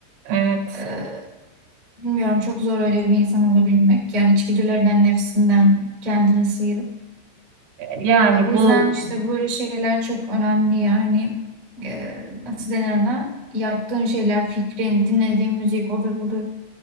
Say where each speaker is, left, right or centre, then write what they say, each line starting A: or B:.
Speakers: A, on the right (about 75°); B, on the right (about 35°).
A: evet.
B: Ee, bilmiyorum çok zor öyle bir insan olabilmek. Yani içgüdülerinden, nefsinden kendini sıyırıp.
A: Yani
B: E, Bu
A: bu
B: yüzden işte böyle şeyler çok önemli yani. E, nasıl denir ona? Yaptığın şeyler, fikrin, dinlediğin müzik odur budur.